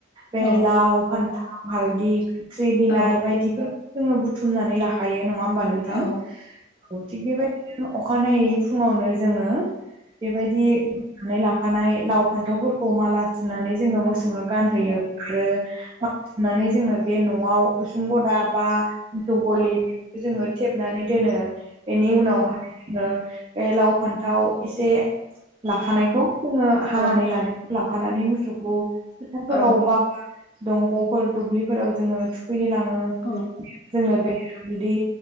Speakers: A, on the right; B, on the left.
A: बे
B: औ
A: लाव, फान्थाव, हालदि, खाथ्रि बिलाइ
B: औ
A: बायदिफोर जोङो बुथुमनानै लाखायो, नङा होमबा नोंथां?
B: औ
A: औ थिग बेबायदिनो अखानायै फुङावनो जोङो बेबायदि बुथुमनानै नानै लाखानाय लाव फान्थावफोरखौ माला सुनानै जो ङो मोसौनो गानहोयो आरो माला सुनानै जोङो बे न'आव उसुं गदा बा मोसौ गलि बेफोरावजोङो थेबनानै दोनो। बेनि उनावहाय जोङो बे लाव फान्थाव इसे लाखानायखौ जोङो हानानै
B: औ
A: लानायखौ लांफानानै मोसौखौ फोथारफोराव
B: औ
A: बा दंग'फोर दुब्लिफोराव जोङो थुखैनो लाङो,
B: औ नोंथां औ
A: जोङो बे हालदि